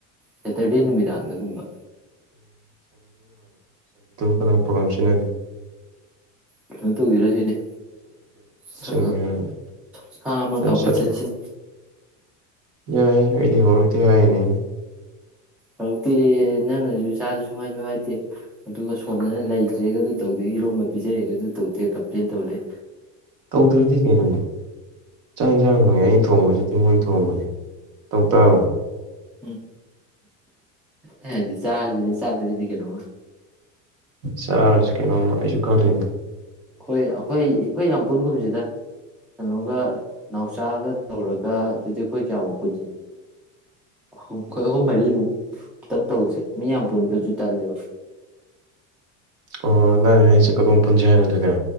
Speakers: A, in the centre; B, on the right.
A: ꯁꯦꯇꯔꯗꯦ ꯅꯨꯃꯤꯗꯥꯡꯗꯒꯨꯝꯕ
B: ꯅꯪ ꯄ꯭ꯔꯣꯒ꯭ꯔꯝ ꯁꯤꯟꯅꯈꯤ
A: ꯀꯩꯅꯣ ꯇꯧꯁꯤꯔꯁꯤꯅꯦ ꯁꯥ
B: ꯁꯤꯟꯒꯦ ꯍꯥꯏꯔꯒꯅ
A: ꯁꯥ ꯑꯃ ꯀꯥꯞꯈꯠꯆꯔꯁꯤꯅꯤ
B: ꯁꯇꯔ ꯌꯥꯏ ꯑꯩꯗꯤ ꯍꯔꯛꯇ ꯍꯥꯏꯅꯦ
A: ꯍꯧꯔꯛꯇꯤ ꯅꯪꯅꯁꯨ ꯆꯥꯁꯤ ꯁꯨꯡꯉꯥꯏꯁꯨ ꯍꯥꯏꯗꯦ ꯑꯗꯨꯒ ꯁꯣꯝꯗꯅ ꯂꯩꯇ꯭ꯔꯦꯒ ꯑꯗꯨ ꯇꯧꯗꯦ ꯏꯔꯣꯝꯕ ꯄꯤꯖꯔꯦꯒ ꯑꯗꯨ ꯇꯧꯗꯦ ꯀꯝꯄ꯭ꯂꯦꯟ ꯇꯧ ꯂꯩ
B: ꯇꯧꯗ꯭ꯔꯗꯤ ꯀꯩꯅꯣꯅꯤ ꯆꯥꯛ ꯌꯦꯟꯁꯥꯡ ꯈꯪꯉꯦ ꯑꯩꯅ ꯊꯣꯡꯕꯖꯤꯠꯇꯦ ꯃꯣꯏ ꯊꯣꯡꯕꯅꯤ ꯇꯧ ꯇꯥꯕꯅꯤ
A: ꯎꯝ ꯑꯩ ꯍꯥꯏꯗꯤ ꯆꯥꯔꯁꯤꯅꯦ ꯆꯥꯗꯣꯏꯗꯤ ꯀꯩꯅꯣꯃ
B: ꯆꯔꯁꯤ ꯀꯩꯅꯣꯃ ꯑꯩꯁꯨ ꯈꯜꯂꯤꯅꯤ
A: ꯍꯣꯏ ꯑꯩꯈꯣꯏ ꯑꯩꯈꯣꯏ ꯌꯥꯝ ꯄꯨꯨꯟꯒꯨꯝꯕꯁꯤꯗ ꯀꯩꯅꯣꯒ ꯅꯥꯎ ꯆꯥꯒ ꯇꯧꯔꯒ ꯑꯗꯨꯗꯤ ꯑꯩꯈꯣꯏ ꯀꯌꯥꯃꯨꯛ ꯄꯨꯟꯁꯤꯒꯦ ꯑꯍꯨꯝ ꯑꯩꯈꯣꯏ ꯑꯍꯨꯝ ꯃꯔꯤꯃꯨꯛꯇꯪ ꯇꯧꯁꯦ ꯃꯤ ꯌꯥꯝ ꯄꯨꯟꯕ꯭ꯔꯁꯨ ꯇꯜꯂꯦꯕ
B: ꯑꯣ ꯅꯪ ꯑꯩꯁꯦ ꯀꯗꯣꯝ ꯄꯨꯟꯁꯦ ꯍꯥꯏꯅꯣ ꯑꯗꯨꯗꯤ